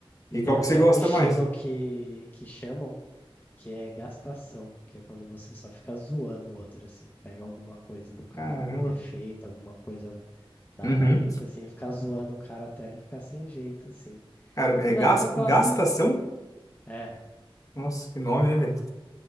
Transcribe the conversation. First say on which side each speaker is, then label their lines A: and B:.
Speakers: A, on the left; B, on the left.
A: E
B: E
A: tem
B: qual
A: até
B: que você gosta
A: um estilo
B: mais?
A: que, que chamam que é gastação, que é quando você só fica zoando o outro, assim, pega alguma coisa do cara,
B: Caramba.
A: algum defeito, alguma coisa da
B: Uhum.
A: aparência, assim, fica zoando o cara até ele ficar sem jeito, assim.
B: Cara, é
A: Mas
B: gas-
A: acho que eu gosto.
B: gastação?
A: É,
B: Nossa, que nome, né, velho?